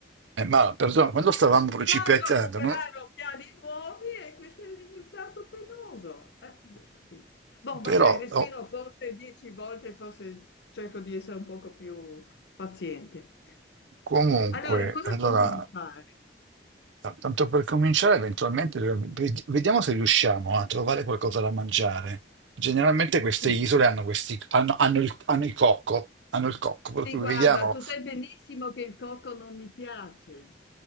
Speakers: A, on the right; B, on the left.
A: eh, ma perdona, quando stavamo precipitando,
B: rimasto a comprare
A: no?
B: occhiali nuovi e questo è il risultato penoso. Eh, non so. Bon, vabbè,
A: Però,
B: respiro
A: oh,
B: forse dieci volte, forse cerco di essere un poco più paziente.
A: comunque,
B: Allora, cosa
A: allora,
B: continui a fare?
A: tanto per cominciare, eventualmente ved- vediamo se riusciamo a trovare qualcosa da mangiare. Generalmente queste
B: Sì,
A: isole hanno, questi, hanno, hanno il, hanno il cocco, hanno il cocco, per
B: sì,
A: cui
B: guarda,
A: vediamo.
B: tu sai benissimo che il cocco non mi piace.